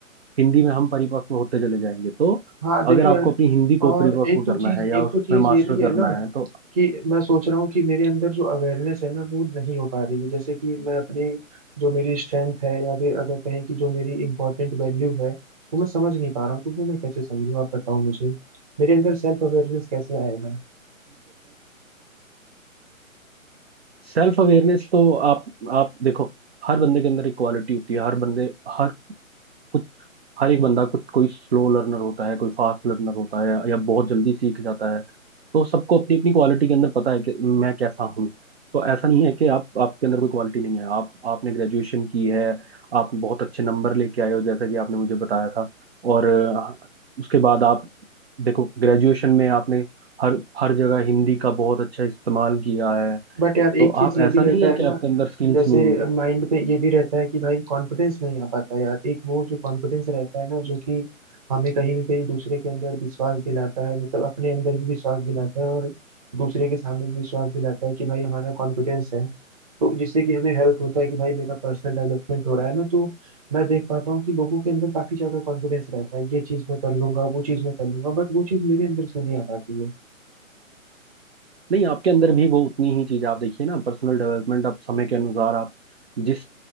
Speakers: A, on the right; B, on the right.
A: हिंदी में हम परिपक्व होते चले जाएंगे तो
B: हाँ देखो
A: अगर आपको
B: यार
A: अपनी हिंदी को
B: और
A: परिपक्व
B: एक
A: करना
B: तो चीज
A: है या
B: एक
A: उसमें
B: तो चीज
A: मास्टर
B: ये भी है
A: करना
B: ना
A: है तो
B: कि मैं सोच रहा हूँ कि मेरे अंदर जो अवेयरनेस है ना वो नहीं हो पा रही है जैसे कि मैं अपने जो मेरी स्ट्रेंथ है या फिर अगर कहें कि जो मेरी इंपॉर्टेंट वैल्यू है वो मैं समझ नहीं पा रहा हूँ तो वो मैं कैसे समझूँ आप बताओ मुझे मेरे अंदर सेल्फ अवेयरनेस कैसे आएगा
A: सेल्फ अवेयरनेस तो आप आप देखो हर बंदे के अंदर एक क्वालिटी होती है हर बंदे हर कुछ हर एक बंदा कुछ कोई स्लो लर्नर होता है कोई फास्ट लर्नर होता है या बहुत जल्दी सीख जाता है तो सबको अपनी अपनी क्वालिटी के अंदर पता है कि मैं कैसा हूँ तो ऐसा नहीं है कि आप आपके अंदर कोई क्वालिटी नहीं है आप आपने ग्रेजुएशन की है आप बहुत अच्छे नंबर लेके आए हो जैसा कि आपने मुझे बताया था और अ, उसके बाद आप देखो ग्रेजुएशन में आपने हर हर जगह हिंदी का बहुत अच्छा इस्तेमाल किया है
B: बट यार एक
A: तो
B: चीज
A: आप
B: ये
A: ऐसा
B: भी रहता
A: नहीं है
B: है
A: कि
B: ना
A: आपके अंदर स्किल्स
B: जैसे
A: नहीं है
B: माइंड पे ये भी रहता है कि भाई कॉन्फिडेंस नहीं आ पाता यार एक वो जो कॉन्फिडेंस रहता है ना जो कि हमें कहीं ना कहीं दूसरे के अंदर विश्वास दिलाता है मतलब अपने अंदर भी विश्वास दिलाता है और दूसरे के सामने भी विश्वास दिलाता है कि भाई हमारा कॉन्फिडेंस है तो जिससे कि हमें हेल्प होता है कि भाई मेरा पर्सनल डेवलपमेंट हो रहा है ना तो मैं देख पाता हूँ कि लोगों के अंदर काफी ज्यादा कॉन्फिडेंस रहता है ये चीज मैं कर लूंगा वो चीज मैं कर लूंगा बट वो चीज मेरे अंदर क्यों नहीं आ पाती है
A: नहीं आपके अंदर भी वो उतनी ही चीज आप देखिए ना पर्सनल डेवलपमेंट आप समय के अनुसार आप जिस